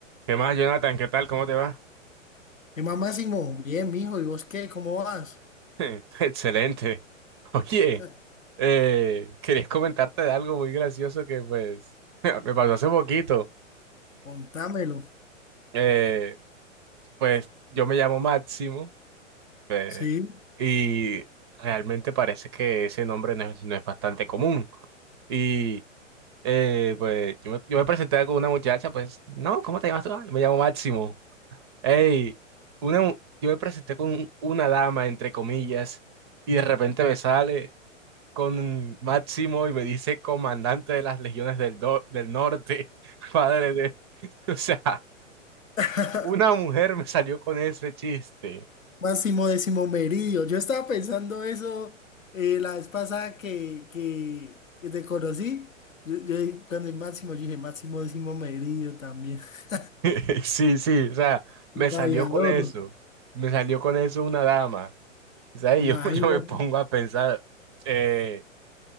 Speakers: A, on the right (about 20°); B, on the left (about 85°).
A: ¿Qué más, Jonathan? ¿Qué tal? ¿Cómo te va?
B: ¿Qué más, Máximo? Bien, mijo. ¿Y vos qué? ¿Cómo vas?
A: <laughs> Excelente. Oye,
B: <laughs>
A: eh, querías comentarte de algo muy gracioso que pues <laughs> me pasó hace poquito.
B: Contámelo.
A: Eh, pues yo me llamo Máximo eh,
B: Sí.
A: y realmente parece que ese nombre no es, no es bastante común. Y eh, pues yo me, yo me presenté con una muchacha, pues, no, ¿cómo te llamas tú? "Ah, yo me llamo Máximo. Ey, una, mu- yo me presenté con una dama, entre comillas, y de repente me sale... con Máximo y me dice comandante de las legiones del, do- del norte, <laughs> padre de... <laughs> O sea,
B: <laughs>
A: una mujer me salió con ese chiste.
B: Máximo décimo meridio. Yo estaba pensando eso eh, la vez pasada que, que, que te conocí. Yo, yo- cuando el Máximo, yo dije Máximo décimo meridio también. <laughs>
A: <laughs> Sí, sí, o sea, me
B: Un Gladiador,
A: salió con eso. Me salió con eso una dama. O sea, y
B: imagínate.
A: yo, <laughs> yo me pongo a pensar, eh,